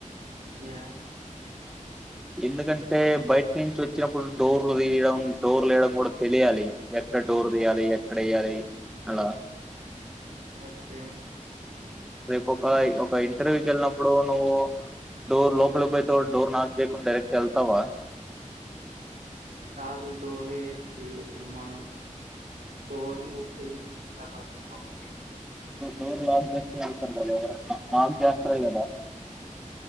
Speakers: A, on the right (about 90°); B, in the centre.
A: ఏ
B: ఎందుకంటే బయట నుంచి వచ్చినప్పుడు డోర్లు తీయడం డోర్లు వేయడం కూడా తెలియాలి ఎక్కడ డోర్ తీయాలి ఎక్కడ వేయాలి అలా
A: ఓకే
B: రేపు ఒక ఒక ఇంటర్వ్యూకి వెళ్ళినప్పుడు నువ్వు డోర్ లోపలికి పోయితే డోర్ నాక్ చేయకుండా డైరెక్ట్ వెళ్తావా
A: కాదు డోర్ వేసి మనం డోర్ నీ <unintelligible>
B: డోర్ నాక్ చేసుకొని వెళ్తారు కదా ఎవరైనా నాక్ చేస్తాడు కదా